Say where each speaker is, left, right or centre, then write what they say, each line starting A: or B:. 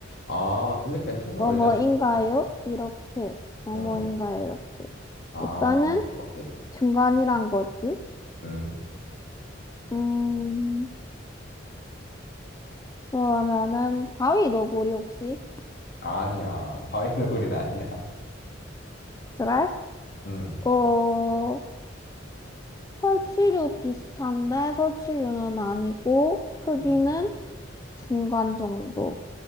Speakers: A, on the left; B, on the left.
A: 아, 근데 괜찮아.
B: 뭐뭐인가요?
A: 왜냐면은,
B: 이렇게, 뭐뭐인가요?
A: 음.
B: 이렇게.
A: 아,
B: 일단은
A: 오케이.
B: 중간이란 거지.
A: 음.
B: 음, 그러면은, 바위 너구리 혹시?
A: 아니야. <laughs> 바위너구리는 아니야.
B: 그래?
A: 음.
B: 어, 설치류 비슷한데, 설치류는 아니고, 크기는
A: 음.
B: 중간 정도.